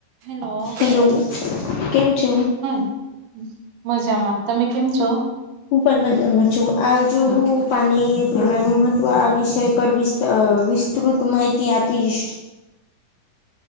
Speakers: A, on the right; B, on the left.
A: હેલો
B: હલો કેમ છ?
A: હમ મજામાં તમે કેમ છો?
B: હું પણ છું આજ હું પાણી પીવાનું મહત્વ આ વિષય પર વિસ તૃત માહિતી આપી જ